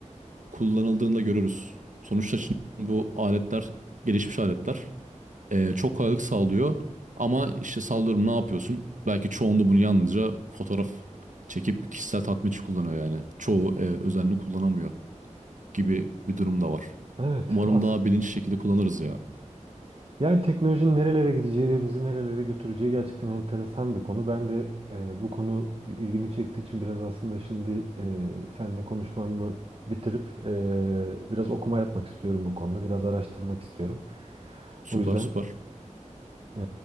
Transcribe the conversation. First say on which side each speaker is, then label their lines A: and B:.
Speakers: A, on the right (about 75°); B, on the right (about 45°).
A: kullanıldığında görürüz. Sonuçta şimdi bu aletler gelişmiş aletler e, çok kolaylık sağlıyor ama işte sallıyorum ne yapıyorsun? Belki çoğunda bunu yalnızca fotoğraf çekip kişisel tatmin için kullanıyor yani. Çoğu e, özenli kullanamıyor gibi bir durum da var.
B: Evet,
A: Umarım
B: az.
A: daha bilinçli şekilde kullanırız ya.
B: Yani teknolojinin nerelere gideceği ve bizi nerelere götüreceği gerçekten enteresan bir konu. Ben de e, bu konu ilgimi çektiği için biraz aslında şimdi e, seninle konuşmamı bitirip e, biraz okuma yapmak istiyorum bu konuda. Biraz araştırmak istiyorum.
A: Süper
B: O yüzden
A: süper.
B: e,